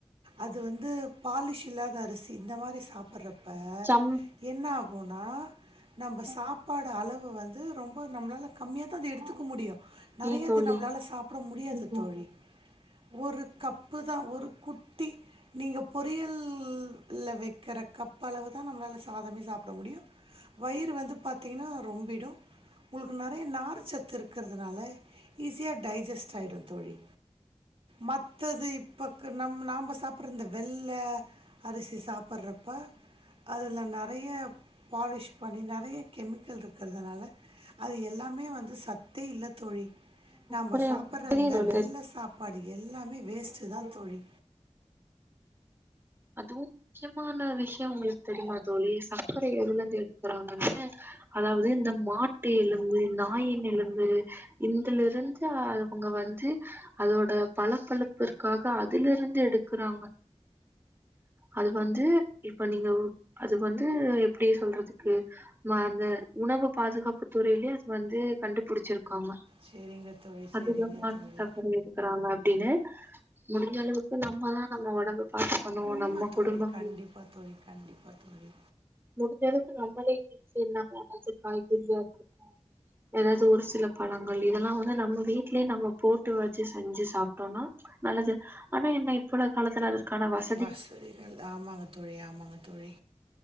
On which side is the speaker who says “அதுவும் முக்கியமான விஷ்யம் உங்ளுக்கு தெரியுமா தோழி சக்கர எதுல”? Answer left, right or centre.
Right